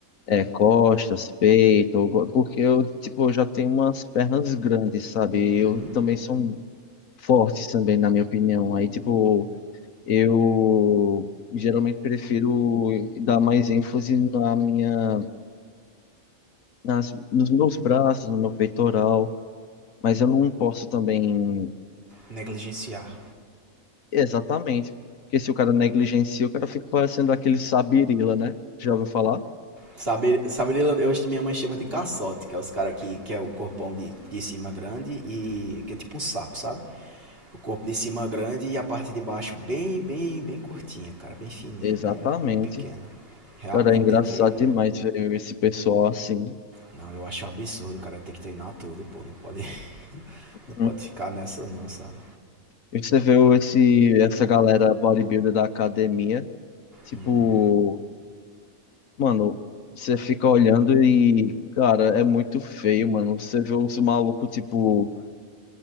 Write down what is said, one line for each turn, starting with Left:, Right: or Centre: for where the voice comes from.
Left: é, costas, peito, eu go- porque eu, tipo, eu já tenho umas pernas grandes, sabe? Eu
Right: Uhum.
Left: também sou um- fortes também, na minha opinião. Aí, tipo, eu geralmente prefiro dar mais ênfase na minha, nas, nos meus braços, no meu peitoral, mas eu não posso também
Right: Negligenciar.
Left: exatamente, porque se o cara negligencia, o cara fica parecendo aquele sabirila, né? Já ouviu falar?
Right: Saber, saber, eu, minha mãe chama de caçote, que é os caras que, que é o corpão de, de cima grande e que é tipo um sapo, sabe? O corpo de cima grande e a parte de baixo bem, bem, bem curtinha, cara, bem fininha,
Left: Exatamente.
Right: bem, bem pequena. Realmente
Left: Cara, é engraçado
Right: tem que
Left: demais ver esse pessoal assim.
Right: não, eu acho um absurdo, cara, ter que treinar tudo, pô, não pode, <laughs> não pode
Left: Uhum.
Right: ficar nessa não, sabe?
Left: E você vê esse, essa galera bodybuilder da academia, tipo,
Right: Uhum.
Left: Mano, você fica olhando e, cara, é muito feio, mano. Você vê os malucos, tipo.